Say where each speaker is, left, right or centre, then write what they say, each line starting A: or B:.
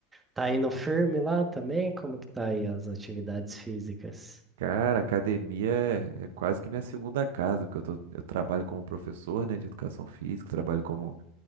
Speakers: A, on the right; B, on the right.
A: Tá indo firme lá também? Como que tá aí as atividades físicas?
B: Cara, academia é, é quase que minha segunda casa, porque eu, tô- eu trabalho como professor, né, de educação física, trabalho como,